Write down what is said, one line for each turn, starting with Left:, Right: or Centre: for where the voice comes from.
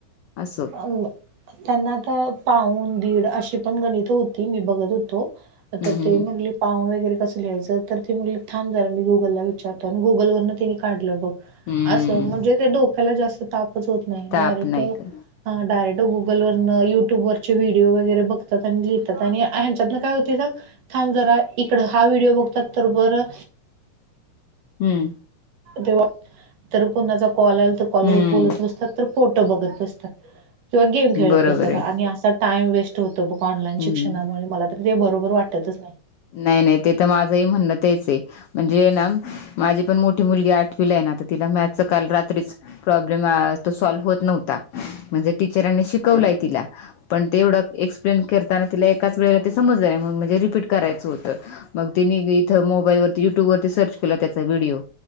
Left: असं.
Right: अं, त्यांना त पाऊन दीड अशी पण गणित होती, मी बघत हुतो अ तर
Left: हम्म
Right: ते म्हणले पाहून वगैरे कसं लिहायचं, तर ते म्हणलीतं थांब झरा मी गुगलला विचारतो, आणि गुगल वरन तिने काढलं बग.
Left: हम्म
Right: असं म्हणजे ते डोक्याला जास्त तापच होत नाही,
Left: ताप
Right: डायरेक्ट
Left: नाही का
Right: डायरेक्ट गुगल वरन, युट्यूब वरचे व्हिडिओ वगैरे बघतात, आणि लिहितात, आणि ह्यांच्यातन काय होते सांग थांब जरा इकड हा व्हिडिओ बघतात, तर बरं
Left: हम्म!
Right: तेव्हा, तर कोणाचा कॉल आल तर, कॉलवर
Left: हम्म
Right: बोलत बसतात, तर फोटो बघत बसतात. किंवा गेम खेळत
Left: बरोबर
Right: बसतात,
Left: आहे
Right: आणि अस टाइम वेस्ट होतो बघ, ऑनलाईन
Left: हम्म
Right: शिक्षणामुळे, मला तरी ते बरोबर वाटतच नाही.
Left: नाही नाही, ते तर माझंही म्हण तेच आहे. म्हणजे ना, माझी पण मोठी मुलगी आठवीला आहे ना, आता तिला मॅथच काल रात्रीच प्रॉब्लेम तो सॉल्व्ह होत नव्हता, म्हणजे टीचरांनी शिकवलय तिला. पण ते एवढं एक्सप्लेन करताना, तिला एकाच वेळेला ते समजला नाही, म्हणून म्हणजे रिपीट करायचं होतं मग तिने इथं मोबाईल वरती, युट्यूब वरती, सर्च केला त्याचा व्हिडिओ.